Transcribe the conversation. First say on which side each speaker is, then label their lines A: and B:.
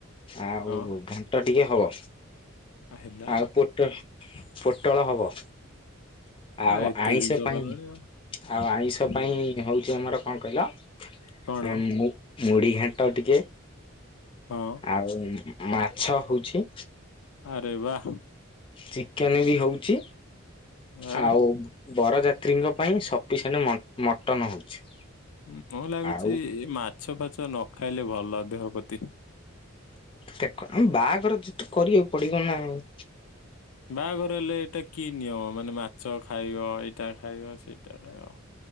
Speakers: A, on the left (about 25°); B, on the left (about 80°).
A: ଆଉ
B: ହଁ
A: ଘାଣ୍ଟ ଟିକେ ହବ
B: ଆ, ହେଲା
A: ଆଉ ପୋଟ ପୋଟଳ ହବ।
B: ଆ
A: ଆଉ
B: ଏତେ
A: ଆଇଁଷ
B: ଜିନିଷ
A: ପାଇଁ
B: କଲଣି ଆଉ
A: ଆଉ ଆଇଁଷ
B: ହୁଁ
A: ପାଇଁ ହଉଛି ଆମର କଣ କହିଲା ଉମ
B: କଣ
A: ମୁ ମୁଢ଼ି ଘାଣ୍ଟ ଟିକେ।
B: ହଁ।
A: ଆଉ ମାଛ ହଉଛି।
B: ଆରେ ବାଃ।
A: ଚିକେନ୍ ବି ହଉଛି
B: ଆ
A: ଆଉ ବରଯାତ୍ରୀଙ୍କ ପାଇଁ ସଫିସିଏଣ୍ଟ ମ-ମଟନ ହଉଛି।
B: ମୁଁ ଲାଗୁଛି
A: ଆଉ
B: ଏ ମାଛ ଫାଚ ନ ଖାଇଲେ ଭଲ ଦେହ ପ୍ରତି।
A: ଦେଖ ଆମେ ବାହାଘର ଯେତ କରିବାକୁ ପଡ଼ିବ ନା ଆଉ।
B: ବାହାଘର ହେଲେ ଏଇଟା କି ନିୟମ ମାନେ ମାଛ ଖାଇବ ଏଇଟା ଖାଇବ ସେଇଟା ଖାଇବ।